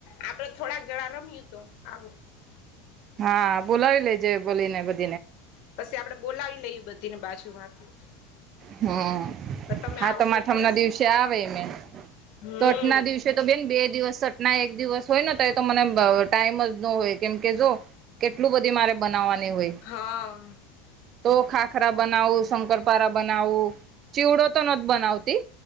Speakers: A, on the left (about 60°); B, on the right (about 45°).
A: આપડે થોડાક જણા રમીએ તો આવું
B: હા બોલાવી લેજે ઓલીને બધા
A: પછી આપડણે બોલાવી લઈએ બધીને બાજુ માંથી
B: હમ
A: તમે
B: સાતમ-આઠમ
A: આવો તો ખરી
B: ના દિવસે આવે ને
A: હમ
B: તો તો બેન બે દિવસ સટના એક દિવસ હોય ને તો મને ટાઈમ જ ન હોય કેમ કે જો કેટલું બધી મારે બનાવવાની હોય.
A: હા
B: તો ખાખરા બનાવું શક્કરપારા બનાવું ચેવડો તો નથી બનાવતી.